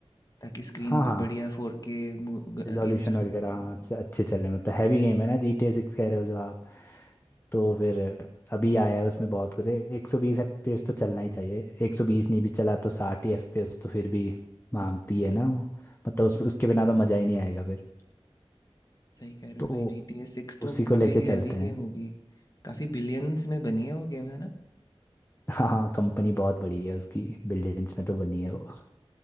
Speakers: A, on the left; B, on the left.
A: ताकि स्क्रीन
B: हाँ हाँ
A: पे बढ़िया फोर के
B: रिजोल्यूशन
A: गेम चले
B: वगैरह हाँ, से अच्छे चल रहे हैं मतलब हैवी गेम है ना जी टी ए सिक्स कह रहे हो जो आप तो फिर अभी आया है उसमें बहुत कुछ है एक सौ बीस एफ पी एस तो चलना ही चाहिए एक सौ बीस नहीं भी चला तो साठ ही एफ पी एस तो फिर भी मांगती है ना वो मतलब उस उसके बिना तो मज़ा ही नहीं आएगा फिर
A: सही कह रहे
B: तो
A: हो भाई जी टी ए सिक्स तो
B: उसी को
A: काफ़ी
B: लेके
A: हैवी
B: चलते हैं
A: गेम होगी काफ़ी बिलियंस में बनी है वो गेम है ना
B: हाँ हाँ कंपनी बहुत बड़ी है उसकी बिलियंस में तो बनी है वो